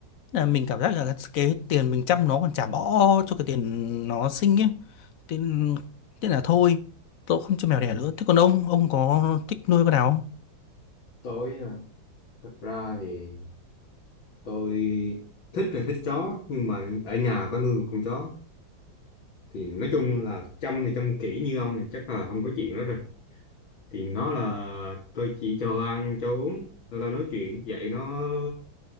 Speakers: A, on the left (about 65°); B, on the left (about 75°).
A: Thế là mình cảm giác là cái tiền mình chăm nó còn chả bỏ cho cái tiền nó sinh ấy thế, thế là thôi tôi cũng không cho mèo đẻ nữa thế còn ông ông có thích nuôi con nào không
B: tôi à, thật ra thì tôi thích là thích chó nhưng mà ở nhà có nuôi một con chó thì nói chung là chăm thì chăm kỹ như ông thì chắc là không có chuyện đó rồi thì nó là tôi chỉ cho ăn cho uống rồi là nói chuyện dạy nó